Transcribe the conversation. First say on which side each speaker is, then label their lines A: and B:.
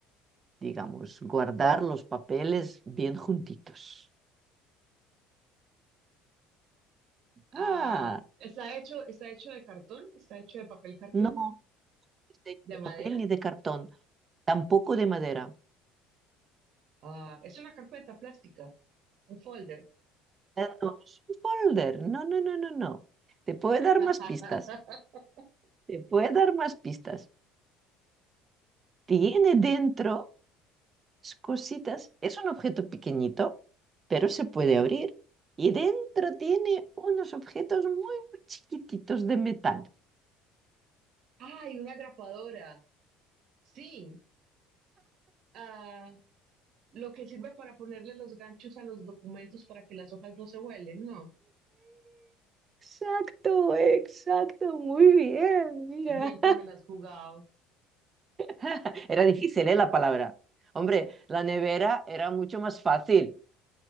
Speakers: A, on the right (about 25°); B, on the right (about 50°).
A: digamos, guardar los papeles bien juntitos.
B: Ah,
A: Ah,
B: está hecho, está hecho de cartón, está hecho de papel cartón,
A: no está hecho
B: de
A: de
B: madera.
A: papel ni de cartón, tampoco de madera.
B: Ah, es una carpeta plástica, un folder.
A: No es un folder. No, no, no, no, no. Te puede
B: <laughs>
A: dar más pistas. Te puede dar más pistas. Tiene dentro cositas. Es un objeto pequeñito, pero se puede
B: ¿Por qué?
A: abrir. Y dentro tiene unos objetos muy, muy chiquititos de metal.
B: ¡Ay, una grapadora! Sí, ah, lo que sirve para ponerle los ganchos a los documentos para que las hojas no se vuelen. ¿no?
A: Exacto, exacto, muy bien, mira.
B: Bien que me las has jugado.
A: <laughs> Era difícil, ¿eh? La palabra. Hombre, la nevera era mucho más fácil.